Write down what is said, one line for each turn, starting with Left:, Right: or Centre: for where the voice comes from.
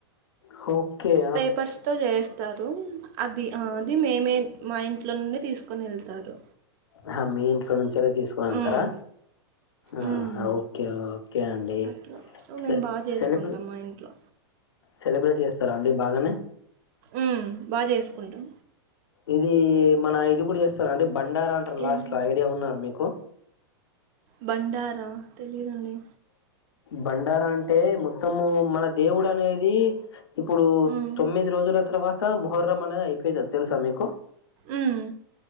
Left: హోకె
Right: పేపర్స్ తొ చేస్తారు అది ఆ అది మేమే మా ఇంట్లో నుండి తీసుకోనేళ్తారు
Left: అహ మీ ఇంట్లో నుంచెలె తీసుకోనెళ్తరా
Right: మ్మ్.
Left: ఆహా
Right: మ్మ్.
Left: ఓకే ఓకే అండి
Right: అట్లా సో మేమ్
Left: సె
Right: బా చేసుకుంటం
Left: సెలబ్రే
Right: మేం మా ఇంట్లో
Left: సెలబ్రేట్ చేస్తర అండి బాగనే
Right: ఊమ్ బా చేసుకుంటం
Left: ఇదీ మన ఇది గూడ జేస్తరాండి బండారంటరు
Right: ఏంటి
Left: లాస్ట్ లో ఐడియా ఉన్నదా మీకు
Right: బండారా తెలీదండి
Left: బండారా అంటే మొత్తము మన దేవుడు అనేది ఇప్పుడు
Right: మ్మ్.
Left: తొమ్మిది రోజుల తర్వాత మొహర్రం అనేది అయిపోయితది తెలుసా మీకు బ్లాంక్
Right: మ్మ్.